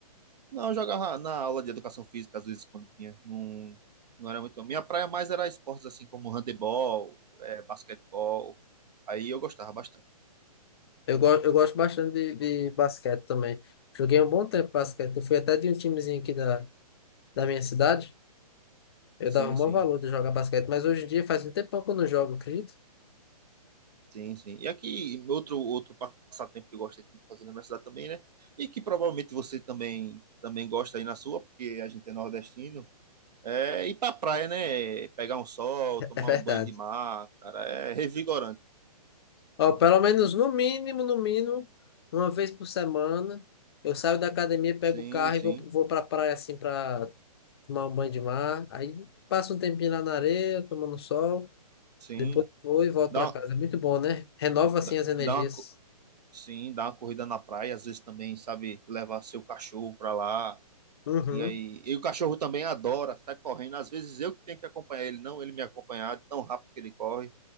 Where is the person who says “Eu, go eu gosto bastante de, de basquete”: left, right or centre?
Left